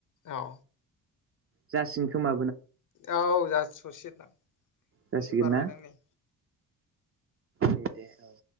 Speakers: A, on the left; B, on the right.
A: औ
B: जासिगोन खोमा
A: औ जास' स'से
B: जासिगोन
A: एसे बारबायदां
B: ना?
A: नै
B: दे दे औ